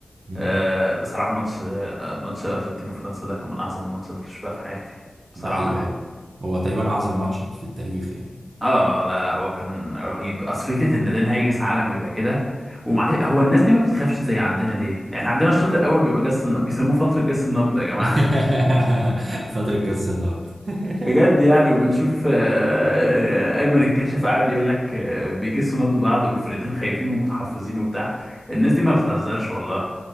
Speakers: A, on the right; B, in the centre.
A: مم.
B: آه بصراحة ماتش آه ماتش أرجنتين وفرنسا ده كان من أعظم الماتشات اللي شفتها في حياتي بصراحة
A: ده حقيقي اه
B: يعني.
A: هو تقريبا اعظم ماتش في التاريخ يعني
B: اه لا لا هو كان رهيب اصل فكره ان ده نهائي كاس عالم ويبقى كده ومعلش هو الناس دي ما بتخافش زي عندنا ليه احنا عندنا الشوط الاول بيبقى جس الن- بيسموه فتره جس النبض يا جماعه
A: <laughs> فترة جس النبض <laughs>
B: <laughs> بجد يعني وبنشوف آه، ايمن الكاشف قاعد يقول لك آه، بيجسوا نبض بعض والفرقتين خايفين ومتحفزين وبتاع الناس دي ما بتهزرش والله